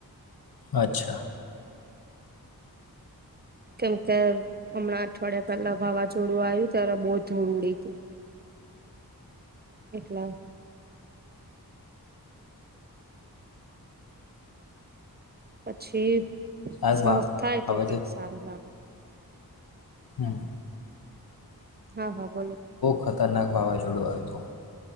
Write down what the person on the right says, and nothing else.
કેમ કે હમણાં અઠવાડિયા પેલા વાવાઝોડું આવ્યું ત્યારે બહુ ધૂળ ઉડી તું એટલા પછી
સફ
થાય
તો કઈક સારું લાગે
હા હા બોલો